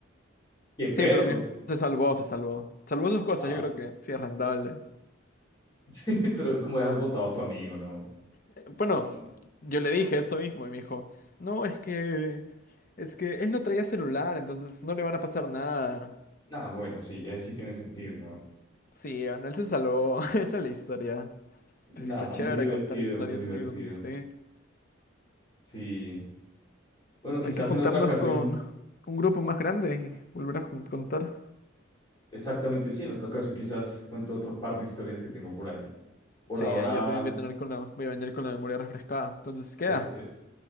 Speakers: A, on the left; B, on the left.
A: qué perro.
B: Sí, pero mi hijo se salvó, se salvó. Salvó sus cosas,
A: Ah.
B: yo creo que sí es rentable.
A: Sí, <laughs> pero como dejas botado a tu amigo, ¿no?
B: Bueno,
A: No.
B: yo le dije eso mismo y me dijo, no, es que Es que él no traía celular, entonces no le van a pasar nada.
A: Nah, bueno, sí, ahí sí tiene sentido, ¿no?
B: Sí, bueno, él se salvó. <laughs> Esa es la historia.
A: Nada,
B: Pues sí, está chévere
A: muy divertido,
B: contar historias,
A: muy divertido.
B: anécdotas, sí.
A: Sí. Bueno, quizás
B: Hay que juntarnos
A: en otra ocasión,
B: con un grupo más grande y volver a jun- contar.
A: exactamente sí, en otra ocasión quizás cuento otro par de historias que tengo por ahí. Por
B: Sí,
A: ahora
B: ahí ya también voy a tener con la, voy a venir con la memoria refrescada. Entonces, queda.
A: es, es